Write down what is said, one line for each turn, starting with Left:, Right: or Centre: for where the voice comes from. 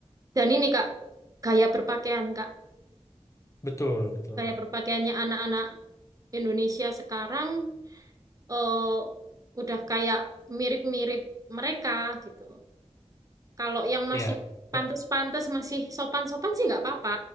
Right: Dan ini Kak, gaya berpakaian Kak,
Left: Betul, betul.
Right: gaya berpakaiannya anak-anak Indonesia sekarang eh, udah kayak mirip-mirip mereka gitu. Kalau yang masih
Left: Iya.
Right: pantas-pantas,
Left: Eh,
Right: masih sopan-sopan sih nggak apa-apa.